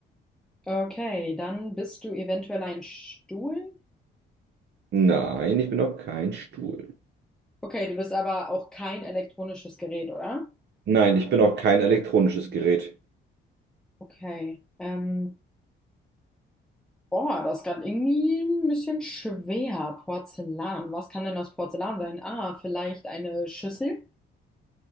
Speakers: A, in the centre; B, on the right.
A: Okay, dann bist du eventuell ein Stuhl.
B: Nein, ich bin auch kein Stuhl.
A: Okay, du bist aber auch kein elektronisches Gerät, oder?
B: Nein, ich bin auch kein elektronisches Gerät.
A: Okay. Ähm, boah, das ist gerade irgendwie ein bisschen schwer. Porzellan. Was kann denn aus Porzellan sein? Ah, vielleicht eine Schüssel?